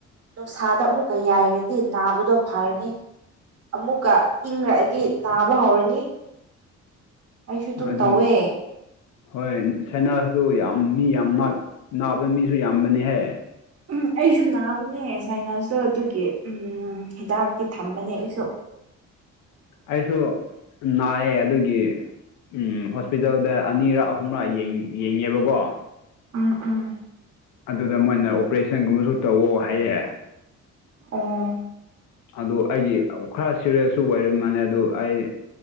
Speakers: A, on the right; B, on the left.
A: ꯅꯨꯡꯁꯥꯗ ꯑꯃꯨꯛꯀ ꯌꯥꯏꯔꯗꯤ ꯅꯥꯕ ꯗꯣ ꯐꯔꯅꯤ ꯑꯃꯨꯛꯀ ꯏꯪꯉꯛꯑꯗꯤ ꯅꯥꯕ ꯍꯧꯔꯅꯤ ꯑꯩꯁꯨ ꯑꯗꯨꯝ
B: ꯑꯗꯨꯅ
A: ꯇꯧꯋꯦ
B: ꯍꯣꯏ ꯁꯥꯏꯅꯥꯁ ꯌꯥꯝ ꯃꯤ ꯌꯥꯝ ꯃꯛ ꯅꯥꯕ ꯃꯤꯁꯨ ꯌꯥꯝꯕꯅꯦꯍꯦ
A: ꯎꯝ ꯑꯩꯁꯨ ꯅꯥꯕꯅꯦ ꯁꯥꯏꯅꯥꯁꯇꯣ ꯑꯗꯨꯒꯤ ꯎꯝ ꯍꯤꯗꯥꯛꯇꯤ ꯊꯝꯕꯅꯦ ꯑꯩꯁꯨ
B: ꯑꯩꯁꯨ ꯅꯥꯏꯌꯦ ꯑꯗꯨꯒꯤ ꯎꯝ ꯍꯣꯁ ꯄꯤꯗꯜꯗ ꯑꯅꯤꯔꯛ ꯑꯍꯨꯝꯔꯛ ꯌꯦꯡ ꯌꯦꯡꯉꯦꯕꯀꯣ
A: ꯎꯝ ꯎꯝ
B: ꯑꯗꯨꯗ ꯃꯣꯏꯅ ꯑꯣꯄꯔꯦꯁꯟꯒꯨꯝꯕꯁꯨ ꯇꯧꯑꯣ ꯍꯥꯏꯌꯦ
A: ꯑꯣ
B: ꯑꯗꯨ ꯑꯩꯒꯤ ꯈꯔ ꯁꯤꯔꯤꯁꯁꯨ ꯑꯣꯏꯕ ꯃꯥꯜꯂꯦ ꯑꯗꯨ ꯑꯩ